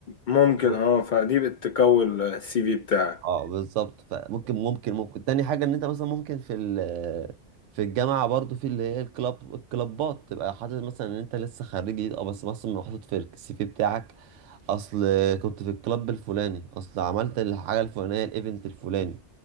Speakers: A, on the left (about 60°); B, on the right (about 85°).
A: ممكن
B: و-
A: اه فدي بتكون السي في بتاعك
B: اه بالظبط فممكن ممكن ممكن تاني حاجة ان انت مثلا ممكن في ال في الجامعة برضو في اللي هي الكلاب الكلابات تبقى حاطط مثلا ان انت لسه خريج جديد اه بس مثلا حاطط في السي في بتاعك اصل كنت في الكلاب الفلاني اصل عملت الحاجة الفلانية الايفنت الفلاني